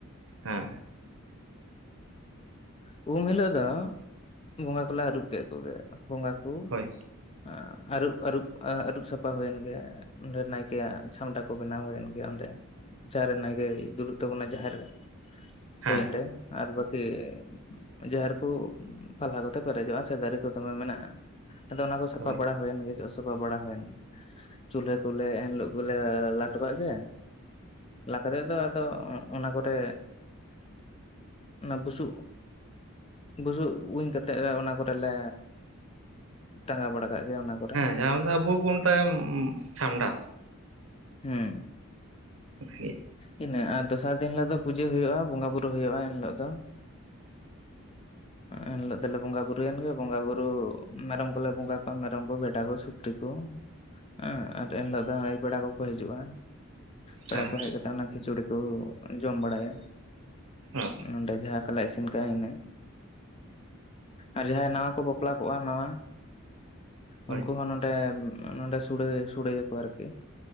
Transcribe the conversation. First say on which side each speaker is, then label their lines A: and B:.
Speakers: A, on the right; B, on the left.
A: ᱦᱮᱸ
B: ᱩᱢ ᱦᱤᱞᱳᱜ ᱫᱚ ᱵᱚᱸᱜᱟ ᱠᱚᱞᱮ ᱟᱹᱨᱩᱵ ᱠᱮᱫ ᱠᱚᱜᱮ ᱵᱚᱸᱜᱟ ᱠᱚ
A: ᱦᱳᱭ
B: ᱟᱨ ᱟᱹᱨᱩᱵ ᱟᱹᱨᱩᱵ ᱟᱹᱨᱩᱵ ᱥᱟᱯᱷᱟ ᱦᱩᱭᱮᱱ ᱜᱮ ᱚᱸᱰᱮ ᱱᱟᱭᱠᱮᱭᱟᱜ ᱪᱷᱟᱢᱰᱟ ᱠᱚ ᱵᱮᱱᱟᱣ ᱦᱩᱭᱮᱱ ᱜᱮ ᱚᱸᱰᱮ ᱡᱨᱮ ᱱᱟᱭ ᱜᱮᱮᱭ ᱫᱩᱲᱩᱵ ᱛᱟᱵᱚᱱᱟ ᱡᱟᱦᱮᱨ ᱨᱮ
A: ᱦᱮᱸ
B: ᱦᱳᱭ ᱚᱸᱰᱮ ᱟᱨ ᱵᱟᱠᱤ ᱡᱟᱦᱮᱨ ᱠᱚ ᱯᱟᱞᱦᱟ ᱠᱚᱛᱮ ᱯᱮᱨᱮᱡᱚᱜᱼᱟ ᱥᱮ ᱫᱟᱨᱮ ᱠᱚ ᱫᱚᱢᱮ ᱢᱮᱱᱟᱜᱼᱟ ᱟᱮ ᱚᱱᱟ ᱠᱚ ᱥᱟᱯᱷᱟ
A: ᱦᱳᱭ
B: ᱵᱟᱲᱟ ᱦᱩᱭᱮᱱ ᱜᱮ ᱡ ᱥᱟᱯᱷᱟ ᱵᱟᱲᱟ ᱦᱩᱭᱮᱱ ᱪᱩᱞᱦᱟᱹ ᱠᱚᱞᱮ ᱮᱱᱦᱤᱞᱳᱜ ᱜᱮᱞᱮ ᱞᱟᱴᱟᱜ ᱜᱮ ᱞᱟ ᱛᱮᱫᱚ ᱟᱫᱚ ᱚᱱᱟ ᱠᱚᱨᱮ ᱚᱱᱟ ᱵᱩᱥᱩᱵ ᱵᱩᱡᱩᱜ ᱩᱧ ᱠᱟᱛᱮ ᱚᱱᱟ ᱠᱚᱨᱮᱞᱮ ᱴᱟᱸᱜᱟᱟᱣ ᱵᱟᱲᱟ ᱠᱟᱜ ᱜᱮ ᱚᱱᱟ ᱠᱚᱨᱮ
A: ᱦᱮᱸ ᱡᱟᱦᱟᱸ ᱢᱮᱱᱟᱭ ᱟᱵᱚ ᱠᱚ ᱢᱮᱛᱟᱜ ᱪᱷᱟᱢᱰᱟ
B: ᱦᱮᱸ
A: ᱵᱷᱮ
B: ᱛᱱᱟᱹᱜ ᱟᱨ ᱫᱚᱥᱟᱨ ᱫᱤᱱ ᱦᱤᱞᱳᱜ ᱫᱚ ᱯᱩᱡᱟᱹ ᱦᱩᱭᱩᱜᱼᱟ ᱵᱚᱸᱜᱟ ᱵᱩᱨᱩ ᱦᱩᱭᱩᱜᱼᱟ ᱮᱱ ᱦᱤᱞᱳᱜ ᱫᱚ ᱮᱱᱤᱞᱳᱜ ᱫᱚᱞᱮ ᱵᱚᱸᱜᱟ ᱵᱩᱨᱩᱭᱮᱱ ᱜᱮᱮ ᱵᱚᱸᱜᱟ ᱵᱩᱨᱩ ᱢᱮᱨᱚᱢ ᱠᱚᱞᱮ ᱵᱚᱸᱜᱟ ᱠᱚᱣᱟ ᱢᱮᱨᱚᱢ ᱠᱚ ᱵᱷᱮᱰᱟ ᱠᱚ ᱥᱩᱠᱨᱤ ᱠᱚ ᱠᱚ ᱦᱸ ᱟᱨ ᱮᱱ ᱦᱤᱞᱳᱜ ᱫᱚ ᱱᱚᱜᱭ ᱯᱮᱲᱟ ᱠᱚᱠᱚ ᱦᱤᱡᱩᱜᱼᱟ ᱯᱮᱲᱟ
A: ᱦᱮᱸ
B: ᱠᱚ ᱦᱮᱡ ᱠᱟᱛᱮᱜ ᱚᱱᱟ ᱠᱷᱤᱪᱩᱲᱤ ᱡᱚᱢ ᱵᱟᱲᱟᱭᱟ
A: ᱚ
B: ᱱᱚᱰᱮ ᱡᱟᱦᱟᱸ ᱠᱚᱞ ᱤᱥᱤᱱ ᱪᱤᱱᱠ ᱤᱱᱟᱹ ᱟᱨ ᱡᱟᱦᱟᱸᱭ ᱱᱟᱣᱟ ᱠᱚ ᱵᱟᱯᱞᱟ ᱠᱚᱜᱼᱟ ᱱᱟᱣᱟ
A: ᱦᱳᱭ
B: ᱩᱱᱠᱩ ᱦᱚᱸ ᱱᱚᱰᱮ ᱥᱲᱮᱭᱟᱠᱚ ᱟᱨᱠᱤ